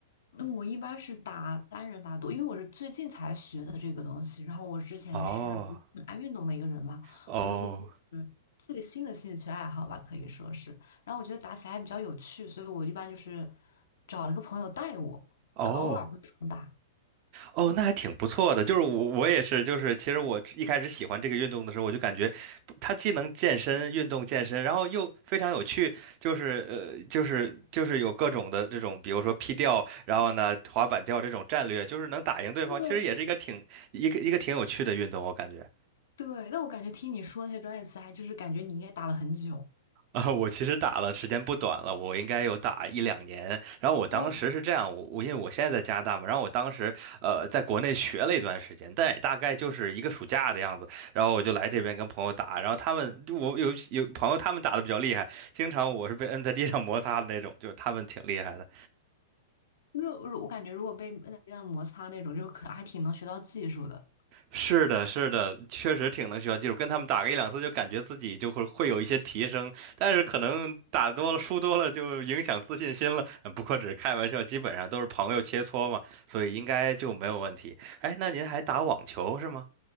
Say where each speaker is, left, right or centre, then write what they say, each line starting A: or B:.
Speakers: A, on the left (about 65°); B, on the right (about 45°).
A: 那我一般是打单人打多，因为我是最近才学的这个东西。然后我之前是不是很爱运动的一个人嘛，
B: 哦，哦，
A: 我最近就是最新的兴趣爱好吧，可以说是。然后我觉得打起来还比较有趣，所以我一般就是找了个朋友带我，
B: 哦。
A: 然后偶尔会双打。
B: 哦，那还挺不错的。就是我，我也是，就是其实我一开始喜欢这个运动的时候，我就感觉不它既能健身、运动健身，然后又非常有趣，就是呃，就是就是有各种的这种，比如说劈吊，然后呢滑板吊这种战略，就是能打赢对方，
A: 对，
B: 其实也是一个挺一个一个挺有趣的运动，我感觉。
A: 对，但我感觉听你说那些专业词，还就是感觉你应该打了很久。
B: <laughs> 啊，我其实打了时间不短了，我应该有打一两年。然后我当时是这样，
A: 哦，
B: 我我因为我现在在加拿大嘛，然后我当时呃在国内学了一段时间，但也大概就是一个暑假的样子。然后我就来这边跟朋友打，然后他们我有有朋友他们打的比较厉害，经常我是被摁在地上摩擦的那种，就是他们挺厉害的。
A: 那我感觉如果被摁在地上摩擦那种，就可还挺能学到技术的。
B: 是的，是的，确实挺能学到技术，跟他们打个一两次就感觉自己就会会有一些提升，但是可能打多了、输多了就影响自信心了。嗯不过只是开玩笑，基本上都是朋友切磋嘛，所以应该就没有问题。哎，那您还打网球是吗？